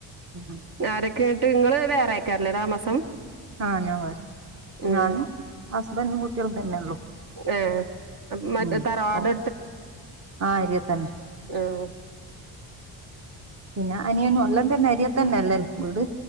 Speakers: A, on the right; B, on the right.
A: ഉം
B: ആരൊക്കെയെട്ട് നിങ്ങള് വേറെക്കെഅല്ലേ താമസം
A: ആഹ് ഞാനും വരാ
B: ഉം
A: ഞാനും ഹസ്ബൻറും കുട്ടികളും തന്നെള്ളു
B: ഏഹ് മറ്റേ
A: ഉ
B: തറവാട്
A: ഓ ആ അരിയ തന്നെ
B: ആഹ്
A: പിന്നെ അനിയനും എല്ലം തന്നെ അരിയ തന്നെ അല്ലും വീട്